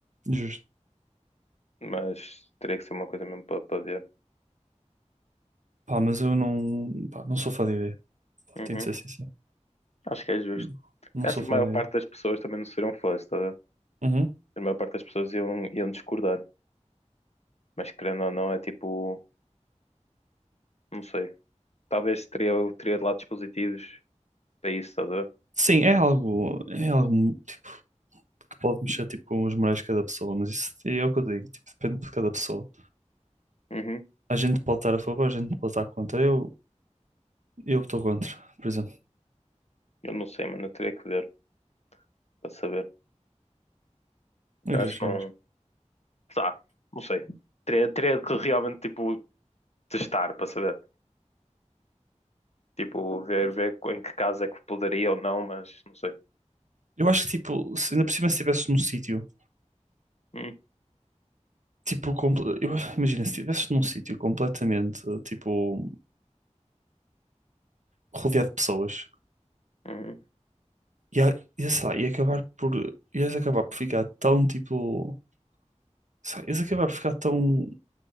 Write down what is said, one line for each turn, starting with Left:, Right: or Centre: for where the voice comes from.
Right: justo.
Left: Mas teria que ser uma coisa mesmo para para ver.
Right: Pá, mas eu não, pá, não sou fã de ideia. Pá,
Left: Uhum.
Right: Tenho de ser sincero.
Left: Acho que é justo.
Right: Não, não
Left: Acho
Right: sou
Left: que
Right: fã
Left: a maior
Right: de
Left: parte
Right: ideia.
Left: das pessoas também não seriam fãs, tá? a ver?
Right: Uhum.
Left: A maior parte das pessoas iam, iam discordar. Mas querendo ou não, é tipo, não sei. Talvez teria, teria lados positivos para isso, estás a ver?
Right: Sim, é algo, é algo tipo, que pode mexer tipo, com os morais de cada pessoa, mas isso é o que eu digo, tipo, depende de cada pessoa.
Left: Uhum.
Right: A gente pode estar a favor, a gente pode estar contra. Eu, Eu estou contra, por exemplo.
Left: Eu não sei, mano. Eu teria que ver para saber.
Right: Eu
Left: Eu
Right: já-
Left: acho
Right: já-
Left: que não. Tá, não sei. Teria, teria que realmente, tipo, testar para saber. Tipo, ver, ver co- em que caso é que poderia ou não, mas não sei.
Right: eu acho que, tipo, se, ainda por cima se estivesses num sítio,
Left: Hum,
Right: tipo, comple- eu- imagina, se estivesses num sítio completamente, tipo, rodeado de pessoas,
Left: Uhum,
Right: ia, ia, sei lá, ia acabar por, ias acabar por ficar tão, tipo, sei lá, ias acabar por ficar tão